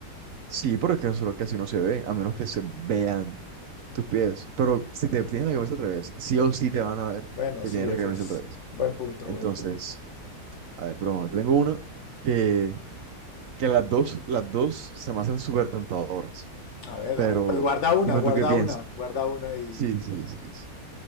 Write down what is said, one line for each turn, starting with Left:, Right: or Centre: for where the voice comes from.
Right: sí, pero es que eso casi no se ve, a menos que se vean tus pies, pero si te tienes la camisa al revés, sí o sí te van a ver
Left: Bueno,
Right: que
Left: sí,
Right: tienes
Left: ese
Right: la camisa
Left: es
Right: al revés.
Left: buen punto,
Right: Entonces,
Left: buen punto.
Right: a ver, pero bueno, tengo una que... que las dos, las dos se me hacen súper tentadoras,
Left: A ver,
Right: pero
Left: a ver, pues guarda una,
Right: dime
Left: guarda
Right: tú qué piensas.
Left: una, guarda una y...
Right: Sí, sí, sí. sí.